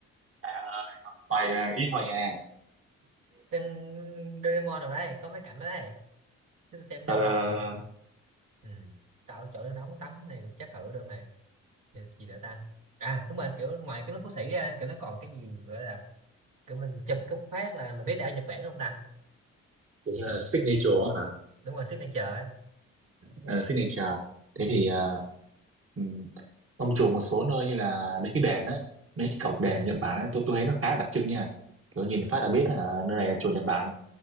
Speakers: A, on the right (about 35°); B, on the right (about 65°).
A: Dạ ơi, học hoài à, ít thôi nha.
B: tên Doraemon rồi đấy có mấy cảnh đó đấy chứ tôi xem
A: Ờ,
B: đâu đâu ừ. tạo chỗ nước nóng tắm này chắc thử được này gì, gì nữa ta à đúng rồi kiểu ngoài cái nước Phú Sĩ ra kiểu nó còn cái gì gọi là kiểu mình chụp cái phát là mình biết đã ở Nhật Bản không ta
A: kiểu như là signature hả?
B: đúng rồi signature ấy
A: Ờ, signature. Thế thì à, ừm, ông chủ một số nơi như là mấy cái đền á, mấy cái cổng đền
B: đền
A: Nhật Bản ấy, tôi tôi thấy nó khá là đặc trưng nha. Kiểu
B: ờ,
A: nhìn phát là biết đó, hả, nơi này là chùa Nhật Bản.